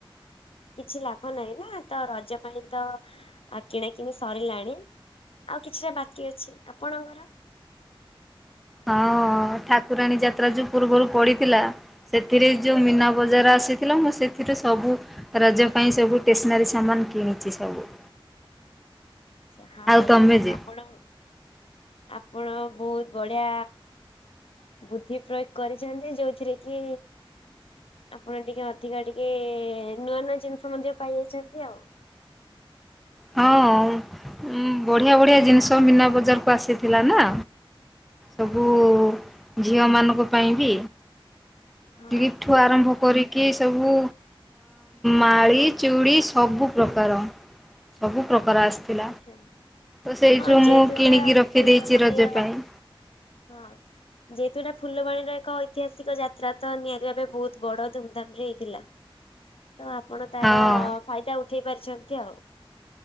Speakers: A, on the left (about 80°); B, in the centre.
A: କିଛି ଲାଭ ନାହିଁ ନା ତ ରଜ ପାଇଁ ତ କିଣାକିଣି ସରିଲାଣି। ଆଉ କିଛିଟା ବାକି ଅଛି ଆପଣଙ୍କର।
B: ହଁ ଠାକୁରାଣୀ ଯାତ୍ରା ଯୋଉ ପୂର୍ବରୁ ପଡିଥିଲା। ସେଥିରେ ଯୋଉ
A: ହଁ
B: ମୀନା ବଜାର ଆସି ଥିଲା ମୁଁ ସେଥିରେ ସବୁ ରଜ ପାଇଁସବୁ ସ୍ଟେନ୍ନାରି ସାମନ କିଣିଛି ସବୁ
A: ଯାହା
B: ଆଉ
A: ହଉ
B: ତମେ ଯେ?
A: ଆପଣଙ୍କ ଆପ ଆପଣ ବହୁତ ବଢିଆ ବୁଦ୍ଧି ପ୍ରୟୋଗ କରିଛନ୍ତି। ଯୋଉଥିରେ କି ଆପଣ ଟିକେ ଅଧିକା ଟିକେ ନୂଆ ନୂଆ ଜିନିଷ ମଧ୍ୟ ପାଇ ଯାଇଛନ୍ତି ଆଉ
B: ହଁ ଉ ବଢ଼ିଆ ବଢ଼ିଆ ଜିନିଷ ମୀନା ବଜାରକୁ ଆସିଥିଲା ନା। ସବୁ
A: ହଁ
B: ଉ ଝିଅମାନଙ୍କ ପାଇଁ ବି
A: ହଁ
B: ଦିଫ୍ଟୁ ଆରମ୍ଭ କରି କି ସବୁ ମାଳି ଚୁଡ଼ି ସବୁ ପ୍ରକାର ସବୁ ପ୍ରକାର ଆସି
A: ଆଚ୍ଛା
B: ତ ସେଇଠୁ
A: ହଁ ଯେହେତୁ
B: ମୁଁ
A: ଏଇଟା
B: କିଣିକି ରଖିଦେଇଛି
A: ଫୁଲବାଣୀର
B: ରଜ ପାଇଁ।
A: ହଁ ଯେହେତୁ ଏଇଟା ଫୁଲବାଣୀର ଏକ ଐତିହାସିକ ଯାତ୍ରା। ତ ନିହାତି ଭାବେ ବହୁତ ବଡ ଧୁମଧାମ ରେ ହେଇଥିଲା। ତ ଆପଣ ତାର
B: ହଁ
A: ଫାଇଦା ଉଠେଇ ପାରିଛନ୍ତି । ଯଉ